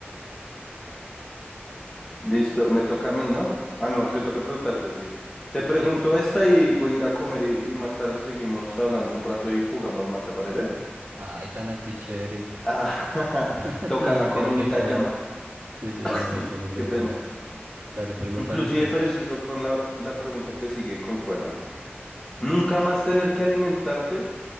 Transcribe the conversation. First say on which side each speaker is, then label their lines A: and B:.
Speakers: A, on the left (about 15°); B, on the right (about 80°).
A: Listo, me toca a mí, ¿no? Ah, no, me toca preguntarte, sí. Te pregunto
B: Sí.
A: esta y voy a ir a comer y, y más tarde seguimos hablando un rato y jugamos más, ¿te parece?
B: Ay, tan anticheri.
A: Ah, <laughs>
B: <laughs>
A: toca
B: No,
A: la
B: mentiras,
A: comidita
B: ve y comes.
A: llama.
B: Sí, sí,
A: <laughs>
B: sí, ve y comes, ve
A: Qué
B: y
A: pena.
B: comes. Dale, pregúntame
A: Inclusive
B: entonces.
A: preciso con la, la pregunta que sigue, concuerda. Nunca más tener que alimentarte